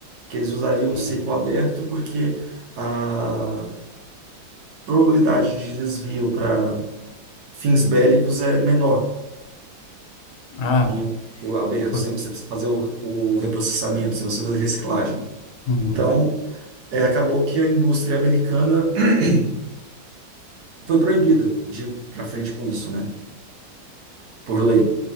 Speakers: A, on the right; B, on the left.
A: que eles usariam
B: hum.
A: um ciclo aberto, porque a probabilidade de desvio para fins bélicos é menor.
B: Ah,
A: em o aberto,
B: por,
A: sem você fazer o, o reprocessamento, sem você fazer reciclagem.
B: uhum,
A: Então, é, acabou que a indústria americana <clears throat> foi proibida de ir para frente com isso, né? Por lei.